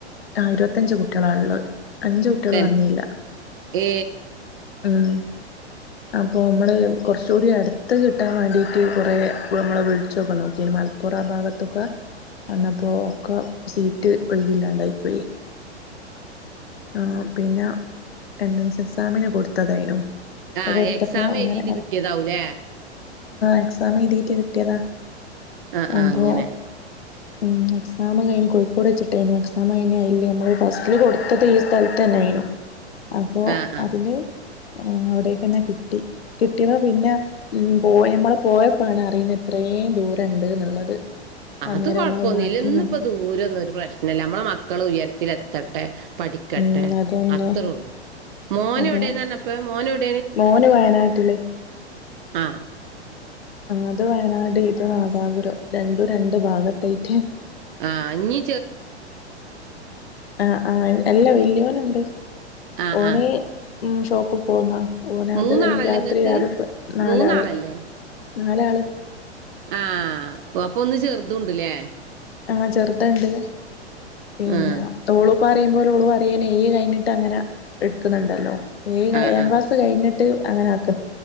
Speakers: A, on the left; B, on the right.
A: ആ ഇരുപത്തിയഞ്ച് കുട്ടികളാ ഉള്ളത് അഞ്ച് കുട്ടികള്
B: ടെൻ
A: വന്നില്ല
B: ഏ
A: ഉം അപ്പൊ നമ്മള് കൊറച്ചുകൂടി അടുത്ത് കിട്ടാൻ വേണ്ടിയിട്ട് കൊറേ നമ്മള് വിളിച്ചൊക്കെ നോക്കി മലപ്പുറ ഭാഗത്തൊക്കെ അന്നപ്പോ ഒക്കെ സീറ്റ് ഒഴിവില്ലാണ്ടായി പോയി ആ പിന്നെ എൻട്രൻസ് എക്സാമിന് കൊടുത്തതായിന്നു
B: ആ
A: അത് കൊടുത്തപ്പോ
B: എക്സാം
A: അങ്ങനെ
B: എഴുതിയിട്ട് കിട്ടിയതാവൂലേ
A: എക്സാം എഴുതിയിട്ട് കിട്ടിയതാ
B: ആ ആ
A: അപ്പോ
B: അങ്ങനെ
A: മം എക്സാം കഴിഞ്ഞു കോഴിക്കോട് വെച്ചിട്ടായിന്നു എക്സാം അയിനിയില്ലേ നമ്മള് ഹോസ്റ്റല് കൊടുത്തത് ഈ സ്ഥലത്ത് തന്നെയായിന്നു അപ്പോ
B: ആ ആ
A: അതില് ആ അവിടേക്കന്നെ കിട്ടി കിട്ടിയപ്പോ പിന്നെ പോയി ഞമ്മള് പോയപ്പോണ് അറിയുന്നത് ഇത്രയും യും ദൂരം ഉണ്ട് എന്നുള്ളത് അന്നേരം
B: അത് കൊഴപ്പംഒന്നും
A: നമ്മള് മാറ്റി
B: ഇല്ല ഇന്നിപ്പോ ദൂരമൊന്നും ഒരു പ്രശ്നല്ല നമ്മടെ മക്കൾ ഉയരത്തിലെത്തട്ടെ പഠിക്കട്ടെ
A: ഉം അതന്നെ
B: അത്രേ ഉള്ളൂ മോന്
A: അതെ
B: എ വിടെന്ന് ആന്നാപ്പോ മോന് എവി
A: മോന് വയനാട്ടില്
B: ആ
A: അത് വയനാട് ഇത് നാദാപുരം രണ്ടും രണ്ടു ഭാഗത്തേക്ക്
B: ആഞ്ഞ്
A: ആ ആ എല്ലാ വെല്യയവർ ക്കുമുണ്ട്
B: ആ
A: ഓനെ
B: ആ
A: മം ഷോപ്പിൽ പോകുന്നാ ഓനാ
B: മൂന്നാളല്ലേ
A: അത് കഴിഞ്ഞ് രാത്രി
B: നിങ്ങക്ക്
A: രാവിലെ നാലാള്
B: മൂന്നാളല്ലേ
A: നാലാള്
B: ആ അപ്പം ഒന്ന് ചെറുതുംഉണ്ട ല്ലേ
A: ആ ചെറുതൊണ്ട് പിന്നെ
B: ആഹ്
A: ഓളു ഉപ്പാ പറയുമ്പോല് ഓള് പറയുവാണെ <unintelligible> കഴിഞ്ഞിട്ട് അങ്ങനെ എടുക്കുന്നുണ്ടല്ലോ ഈ
B: ആഹ്
A: ഏഴാം ക്ലാസ് കഴിഞ്ഞിട്ട് ഞ്ഞിട്ട് അങ്ങനെആക്കാം